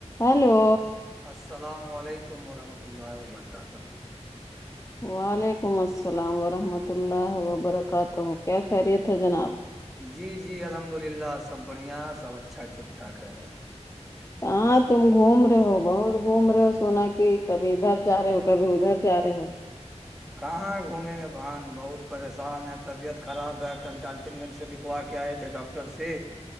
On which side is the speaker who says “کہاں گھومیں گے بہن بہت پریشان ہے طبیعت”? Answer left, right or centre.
Centre